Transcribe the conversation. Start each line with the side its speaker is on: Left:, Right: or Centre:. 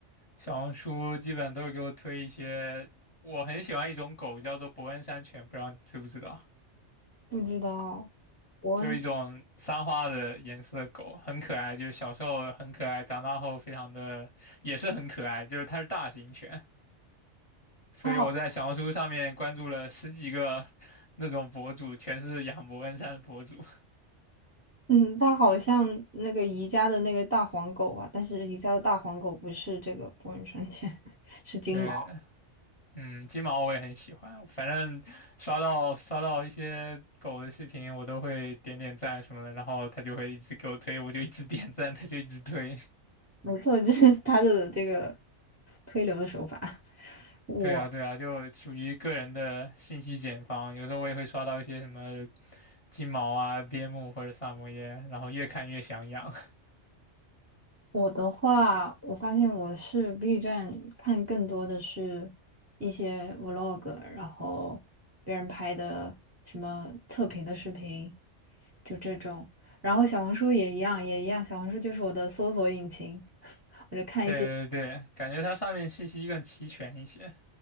Left: 小红书基本都是给我推一些，我很喜欢一种狗叫做伯恩山犬，不知道你知不知道？
Right: 不知道，我
Left: 就是一种三花的颜色的狗，很可爱，就是小时候很可爱，长大后非常的也是很可爱，就是它是大型犬。所以我在小红书上面关注了十几个
Right: 他好
Left: 那种博主，全是养伯恩山的博主。
Right: 嗯他好像那个宜家的那个大黄狗啊，但是宜家的大黄狗不是这个博人生犬，<laughs>
Left: <laughs>
Right: 是金毛。
Left: 对，嗯，金毛我也很喜欢，反正刷到刷到一些狗的视频，我都会点点赞什么的，然后它就会一直给我推，我就一直点赞，它就一直推。
Right: 没错，就是他的这个推流的手法。<laughs>
Left: <laughs>
Right: 我
Left: 对啊，对啊，就属于个人的信息茧房。有时候我也会刷到一些什么金毛啊、边牧或者萨摩耶，然后越看越想养。
Right: 我的话，我发现我是 B 站看更多的是一些 vlog，然后别人拍的什么测评的视频，就这种。然后小红书也一样，也一样，小红书就是我的搜索引擎，<laughs>
Left: <laughs>
Right: 我就看一些。
Left: 对对对，感觉它上面信息更齐全一些。